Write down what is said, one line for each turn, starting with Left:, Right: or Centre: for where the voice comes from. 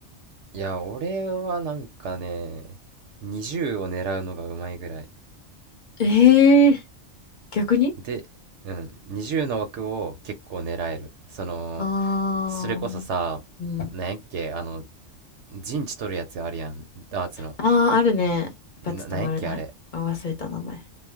Right: いや、俺はなんかね、20を狙うのがうまいぐらい。
Left: えー、逆に
Right: で、うん、20の枠を結構狙える。その、
Left: あー、
Right: それこそさ、
Left: うん。
Right: なんやっけ、あの、陣地取るやつあるやん、ダーツの。
Left: ああ、あるね。一発止まる。
Right: な、なんやっけ、
Left: はい。
Right: あれ。
Left: 忘れた名前。